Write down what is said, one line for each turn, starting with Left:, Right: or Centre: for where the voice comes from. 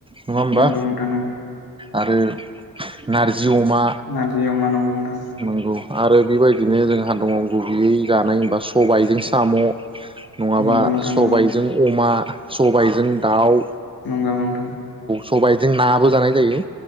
Right: नङा होमबा
Left: नोंगौ नोंथां नांगौ
Right: आरो नारजि अमा
Left: नारजि अमा नंगौ नोंथां
Right: नंगौ आरो बेबायदिनो जोंहा दङ गुबैयै जानाय हबा सबायाइजों साम। नङाबा
Left: नंगौ नोंथां
Right: सबायजों
Left: नंगौ
Right: अमा सबायजों दाउ।
Left: नंगा नोंथां
Right: सबायाइजों नाबो जानाय जायो।